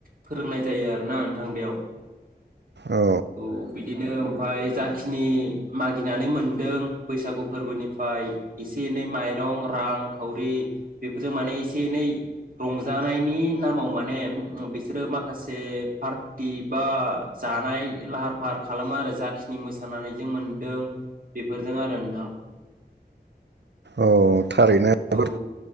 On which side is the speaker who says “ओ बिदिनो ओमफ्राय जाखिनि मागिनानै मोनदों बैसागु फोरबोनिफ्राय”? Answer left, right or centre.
Right